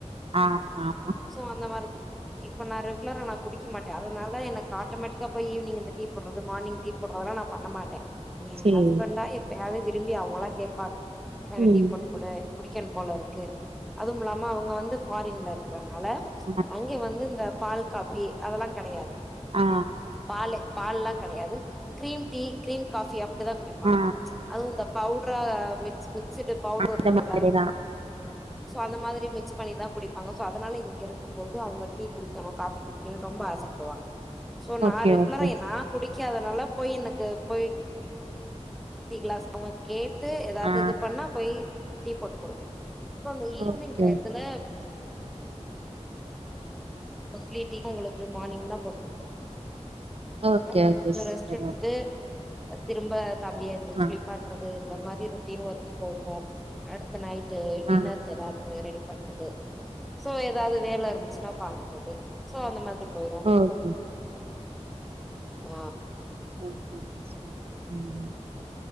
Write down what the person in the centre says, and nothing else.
சோ அந்த மாரிதா இப்ப நா ரெகுலரா நா குடிக்க மாட்டே அதனால எனக்கு ஆட்டோமேட்டிக்கா போய் ஈவினிங் இந்த டீ போடுறது மார்னிங் டீ போடுறதா இதுலா நா பண்ண மாட்டே ஏ
ஹஸ்பண்டா எப்பயாவது விரும்பி அவங்களா கேட்பாங்க எனக்கு
டீ போட்டு கூடுன் குடிக்கின் போலருக்கு அதுவுமில்லாம அவுங்க வந்து ஃபாரின்ல இருக்கறனால
அங்கே வந்து இந்த பால் காப்பி அதெல்லா கெடையாது
பாலு பால்லா கெடையாது கிரீம் டீ கிரீம் காஃபி அப்டிதா குடிப்பாங்க
அதுவு இந்த பவுட் ப்புறோ மிக்ஸ் ஸுடு பவுடர்ருக்குல்ல
சோ அந்த மாதிரி மிக்ஸ் பண்ணிதா குடிப்பாங்க சோ அதனால இங்க இருக்கு போது அவுங்க டீ குடிக்கணு காஃபி குடிக்கணுன்னு ரொம்ப ஆசப்படுவாங்க சோ நா
ரெகுலரா
என் நா குடிக்காத நல்லா போய் எனக்கு போய் டீ கிளாஸ் அவுங்க கேட் டு ஏதாவது
இது பண்ணா போய் டீ போட்டு குடுப்பே சோ அந்த ஈவினிங்
டயத்துல மோஸ்ட்லி டீ அவுங்களுக்கு மார்னிங் தா போட்டுக்குடுப்
த
ஸரெஸ்ட்டுத்துட்டு
திரும்ப தம்பிய எழுந்துருச்சி
குளிப்பாட்டுறது இந்த மாதிரி ரொட்டின் ஒர்க் போகு அடுத்த நைட்டு டின்னருக்கு
ஏதாவ்து ரெடி பண்றது சோ ஏதாவது வேல இருந்துச்சுன்னா பாக்கறது சோ அந்த மாதிரி போயிரு
ஆ